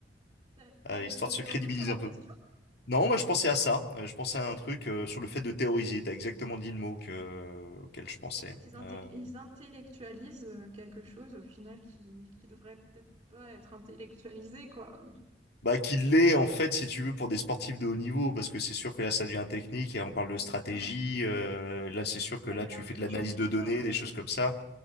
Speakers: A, on the right; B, on the left.
A: T'as, t'as
B: Euh,
A: une
B: histoire
A: autre
B: de
A: théorie
B: se crédibiliser
A: sur la
B: un
A: question?
B: peu. Non, moi je pensais à ça. Euh, je pensais à un truc euh, sur le fait de théoriser. T'as exactement dit le mot que, auquel je pensais.
A: En fait, ils, inte-
B: Euh,
A: ils intellectualisent euh, quelque chose au final qui, qui devrait peut-être pas être intellectualisé, quoi.
B: Bah, qu'il l'est, en fait, si tu veux, pour des sportifs de haut niveau, parce que c'est sûr que là, ça devient technique et on parle de
A: Évidemment.
B: stratégie. euh, là, c'est sûr
A: Bah,
B: que là,
A: il y a
B: tu
A: l'intelligence
B: fais de l'analyse
A: du
B: de
A: sport,
B: données,
A: bien
B: des choses
A: sûr.
B: comme ça.